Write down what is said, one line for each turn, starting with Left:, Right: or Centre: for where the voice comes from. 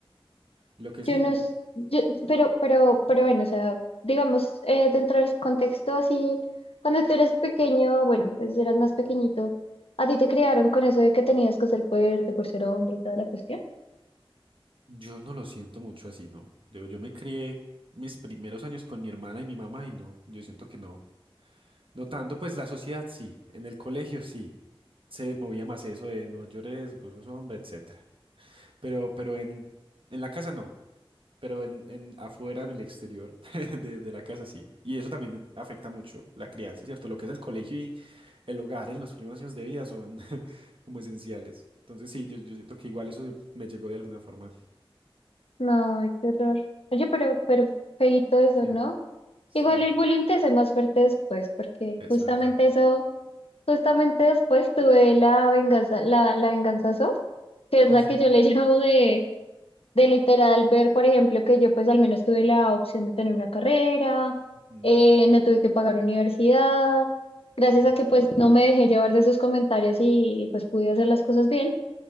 Right: Lo que
Left: Yo
Right: sí,
Left: no, s- yo, pero, pero, pero bueno, o sea, digamos, eh, dentro del contexto así, cuando tú eres pequeño, bueno, pues eras más pequeñito, a ti te criaron con eso de que tenías que ser fuerte por ser hombre y toda la cuestión.
Right: Yo no lo siento mucho así, ¿no? Digo, yo me crié mis primeros años con mi hermana y mi mamá y no, yo siento que no. No tanto, pues la sociedad sí, en el colegio sí, se movía más eso de no llores, vos sos hombre, etcétera. Pero, pero en, en la casa no, pero en, en afuera, en el exterior <laughs> de, de la casa sí. Y eso también afecta mucho la crianza, ¿cierto? Lo que es el colegio y el hogar en los primeros años de vida son <laughs> como esenciales. Entonces sí, yo, yo siento que igual eso se- me llegó de alguna forma.
Left: No, ay, qué horror. Oye, pero, pero feíto eso,
Right: Sí.
Left: ¿no?
Right: Sí.
Left: Igual el bullying te hace más fuerte después, porque
Right: Es
Left: justamente
Right: verdad.
Left: eso, justamente después tuve la venganza, la, la venganza soft, que es
Right: Ujú,
Left: la que yo le <laughs> llamo de, de literal ver, por ejemplo, que yo pues al menos tuve la opción de tener una carrera,
Right: ujú,
Left: eh, no tuve que pagar universidad, gracias
Right: ujú,
Left: a que pues no me dejé llevar de esos comentarios y, y, pues pude hacer las cosas bien.